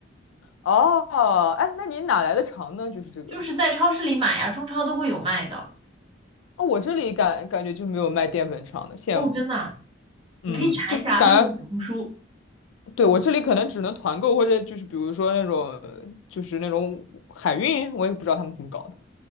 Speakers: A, on the left; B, on the right.
A: <laughs> 哦，哎，那你哪来的肠呢？就是这个。
B: 就是在超市里买呀，中超都会有卖的。
A: 哦，我这里感感觉就没有卖淀粉肠的，羡慕。
B: 哦，真的啊，
A: 嗯，
B: 你可以查一下，
A: 就感觉，
B: 问问小红书。
A: 对，我这里可能只能团购，或者就是比如说那种，就是那种海运，我也不知道他们怎么搞的。